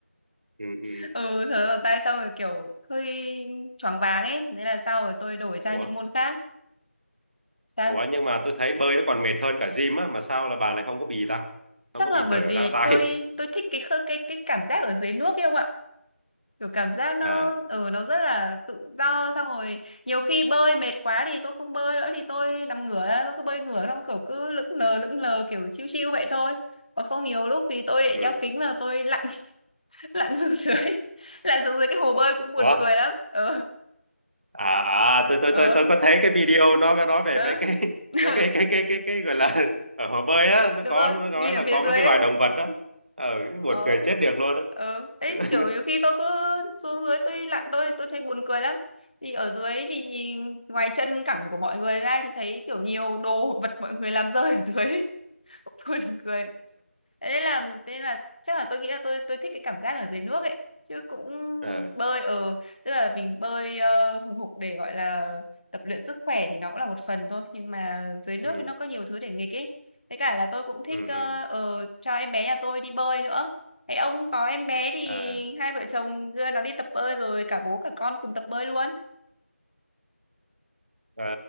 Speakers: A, on the right; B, on the left.
A: ừ, ừ.
B: ừ thở ra bằng tai xong rồi kiểu hơi choáng váng ấy thế là sau rồi tôi đổi sang
A: ủa
B: những môn khác sao
A: ủa nhưng mà tôi thấy bơi nó còn mệt hơn cả gym á mà sao là bà này không có bì ta
B: chắc
A: không có
B: là
A: bị
B: bởi
A: thở
B: vì
A: ra tay
B: tôi tôi thích cái khơ- cái cái cảm giác ở dưới nước ấy không ạ kiểu cảm giác nó
A: à
B: ừ nó rất là tự do xong rồi nhiều khi bơi mệt quá thì tôi không bơi nữa thì tôi nằm ngửa ra, tôi cứ bơi ngửa xong kiểu cứ lững lờ lững lờ kiểu chiêu chiêu vậy thôi còn không nhiều lúc thì tôi lại
A: ừ.
B: đeo kính vào tôi lặn <laughs> lặn xuống dưới <laughs> lặn xuống dưới cái hồ bơi cũng buồn
A: ủa
B: cười lắm ờ
A: à à tôi tôi
B: ờ
A: tôi tôi có thấy cái video nó có nói về
B: ờ
A: mấy cái <laughs>
B: <laughs>
A: mấy cái cái cái cái cái gọi là <laughs> ở hồ bơi á nó
B: đúng
A: có
B: rồi
A: nó nói
B: nhìn ở
A: là
B: phía
A: có
B: dưới
A: mấy cái
B: ấy.
A: loài động vật á ờ
B: ờ
A: buồn cười chết được luôn á
B: ờ thế
A: <laughs>
B: kiểu nhiều khi tôi cứ xuống dưới tôi lặn tôi tôi thấy buồn cười lắm thì ở dưới thì ngoài chân cẳng của mọi người ra thì thấy kiểu nhiều đồ <laughs> vật mọi người làm rơi ở dưới <laughs> buồn cười Thế nên là thế là chắc là tôi nghĩ là tôi tôi thích cái cảm giác ở dưới nước ấy chứ cũng
A: ờ
B: bơi ở tức là mình bơi ờ, hùng hục để gọi là tập luyện sức khỏe thì nó cũng là một phần thôi nhưng mà dưới nước
A: ừ
B: thì nó có nhiều thứ để nghịch ấy với cả là tôi cũng thích
A: ừ
B: ờ,
A: ừ
B: ờ, cho em bé nhà tôi đi bơi nữa thế ông có em bé thì
A: à
B: hai vợ chồng đưa nó đi tập bơi rồi cả bố cả con cùng tập bơi luôn
A: Ờ,